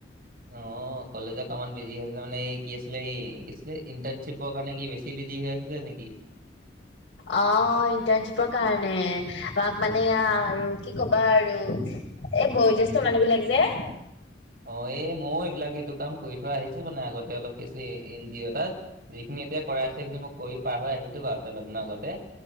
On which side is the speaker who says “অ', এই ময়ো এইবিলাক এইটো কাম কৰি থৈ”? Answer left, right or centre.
Right